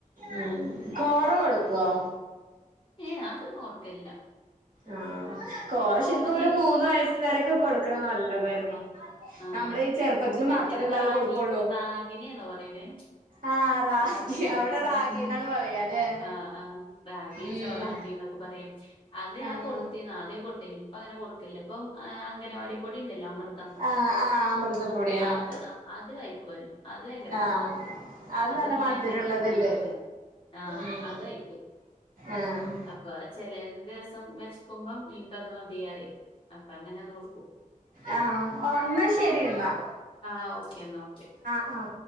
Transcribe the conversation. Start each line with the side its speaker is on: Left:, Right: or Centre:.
Right: ഉം കോറോ കൊടുക്കുവോ
Left: ഏ അതൊന്നും കൊടുക്കലില്ല
Right: ആഹ് കോറ
Left: ഇപ്പൊ
Right: ശരിക്കും
Left: ഓന്
Right: ഒരു മൂന്ന് വയ സ് വരെയൊക്കെ കൊടുക്കണ നല്ലതായിരുന്നു
Left: ആഹ്
Right: നമ്മടെ ഈ ചെറുപ്പത്തില്
Left: മറ്റേ
Right: മാത്രല്ലേ
Left: റാഗി
Right: അത് കൊടുക്കുള്ളൂ
Left: റാഗീനെയാണോ പറയണെ
Right: ആഹ്
Left: റാഗി ആ ആ
Right: അവിടെ റാഗിന്നാണ്
Left: റാഗി
Right: പറയാല്ലേ
Left: ആ ആ റാഗി
Right: ഉം
Left: ചോളാണ്ടീന്നൊ ക്കെ പറയും. അത് ഞാൻ
Right: ആഹ്
Left: കൊടുത്തീന് ആദ്യം കൊടുത്തീന് ഇപ്പം അങ്ങനെ കൊടുക്കലില്ല ഇപ്പൊ അംഗനവാടി പൊടിയുണ്ടല്ലോ അമൃതം
Right: ആഹ് ആഹ് അമൃതപ്പൊടി
Left: അത് അത്
Right: ആഹ്
Left: അത് കഴിക്കും ഓന് അത് ഭയങ്കര
Right: ആഹ്
Left: ഇഷ്ടവാ അത്
Right: നല്ല
Left: കുളിയൊക്കെ
Right: മധുരള്ളതല്ലേ
Left: കഴിഞ്ഞാ വന്നങ്ങനെ ആ
Right: ഉം
Left: അത് കഴിക്കും
Right: ആഹ്
Left: അപ്പൊ ചെല ദിവസം വിശക്കുമ്പം എനിക്കത് മതി പറയും അപ്പൊ അങ്ങനെ അത് കൊടുക്കും
Right: ആഹ്. എന്നാ ശരിന്നാ.
Left: ആഹ്. ഓക്കേന്ന ന്നാ ഓക്കെ.
Right: ആഹ്.